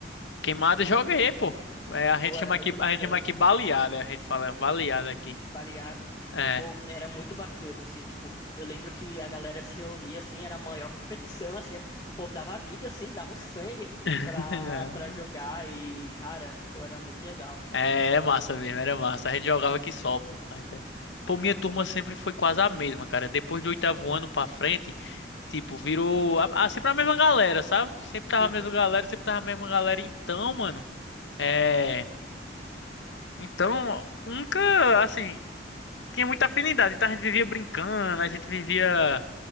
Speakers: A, on the left; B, on the left.
A: Queimada eu joguei, pô. É, a gente
B: Pô,
A: chama
B: era muito
A: aqui,
B: bacana.
A: a gente chama aqui baleada, a gente fala baleada aqui.
B: Baleada.
A: É.
B: Pô, era muito bacana, assim, tipo, eu lembro que a galera se reunia, assim, era a maior competição, assim, o povo dava a vida, assim, dava o sangue
A: <laughs>
B: pra, pra jogar e, cara, tipo, era muito legal.
A: É,
B: Eu,
A: é massa mesmo, era massa. A gente jogava aqui só, pô. Mas, é. Pô, minha turma sempre foi quase a mesma, cara. Depois do oitavo ano pra frente, Tipo, virou a, a- sempre a mesma galera, sabe? Sempre tava
B: Uhum.
A: a mesma galera, sempre tava a mesma galera. Então, mano, é. Então, nunca, assim, tinha muita afinidade. Então a gente vivia brincando, a gente vivia